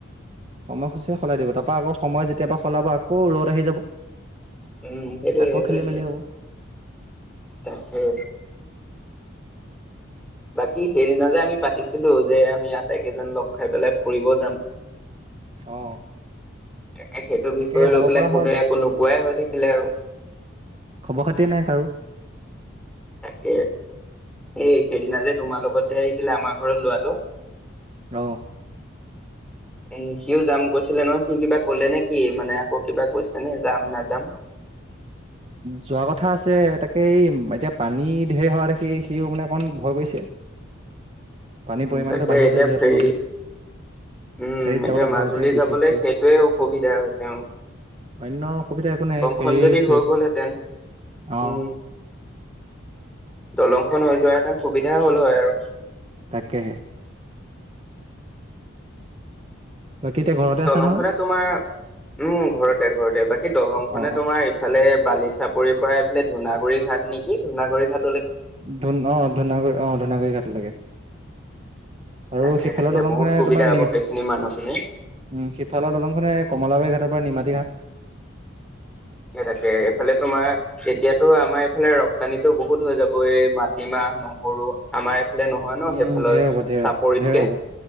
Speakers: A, on the right; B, in the centre.
A: সময়সূচীয়ে সলাই দিব তাৰপৰা আকৌ সময় যেতিয়াৰ পৰা সলাব আকৌ ৰ'দ আহি যাব।
B: উম সেইটোৱে
A: আকৌ খেলি
B: সেইটোৱে।
A: মেলি হ'ব
B: তাকেই। বাকী সেইদিনা যে আমি পাতিছিলো যে আমি আটাইকেইজন লগ খাই পেলাই ফুৰিব যাম। <inaudible>
A: অ।
B: তাকেই সেইটো
A: তাকে
B: বিষয় লৈ
A: যাব
B: পেলাই
A: পৰা
B: কোনেও
A: হয়
B: একো নোকোৱাই হৈ থাকিলে আৰু।
A: খবৰ খাতিয়ে নাই কাৰো।
B: তাকে, এই সেইদনা যে তোমাৰ লগত যে আহিছিলে আমাৰ ঘৰত ল'ৰাটো।
A: অ।
B: উম সিও যাম কৈছিলে নহয় সি কিবা কলে নেকি মানে আকৌ কিবা কৈছে নে যাম নাযাম? <unintelligible>
A: যোৱা কথা আছে তাকে এই এতিয়া পানী ঢেৰ হোৱা দেখি সিও মানে অকণমান ভয় কৰিছে। পানীৰ পৰিমাণটো
B: তাকে
A: বাঢ়ি
B: এতিয়া
A: আছে যিহেতু
B: ফেৰী
A: নদীত
B: উম
A: ফেৰীত
B: এতিয়া
A: যাবলৈ
B: মাজুলী
A: ভয় আছে
B: যাবলৈ
A: বিশেষকে
B: সেইটোয়ে অসুবিধা হৈছে।
A: অন্য অসুবিধা একো নাই। ফেৰী
B: খন যদি
A: ফে
B: হৈ গ'লহেঁতেন
A: অ
B: উম। দলংখন হৈ যোৱা হেতেন সুবিধা হ'ল হয় আৰু।
A: তাকেহে। বাকী এতিয়া ঘৰতে
B: দলং
A: আছা নহয়
B: খনে তোমাৰ, উম ঘৰতে ঘৰতে বাকী দলং খনে
A: অ অ
B: তোমাৰ ইফালে বালিচাপৰিৰ পৰা এইফালে ধুনাগুৰি ঘাট নেকি ধুনাগুৰি ঘাট
A: ধুন অ' ধুনাগুৰি আহ ধুনাগুৰি ঘাট লাগে। আৰু
B: তাকে
A: সিফালৰ
B: তাকে
A: দলংখনে
B: বহুত সুবিধা
A: তোমাৰ
B: হ'ব
A: নিম
B: সেইখিনি মানুহখিনি।
A: উম সিফালৰ দলংখনে কলাবাৰী ঘাটৰ পৰা নিমাতী ঘাট।
B: সেই তাকে এইফালে তোমাৰ এতিয়াতো আমাৰ এইফালে ৰপ্তানিতটো বহুত হৈ যাব এই মাটিমাহ, নহৰু আমাৰ এইফালে নহয় ন
A: উম
B: সেইফালৰ
A: ঢেৰ হ'ব ঢেৰ
B: চাপৰিতকে?
A: ঢেৰ হ'ব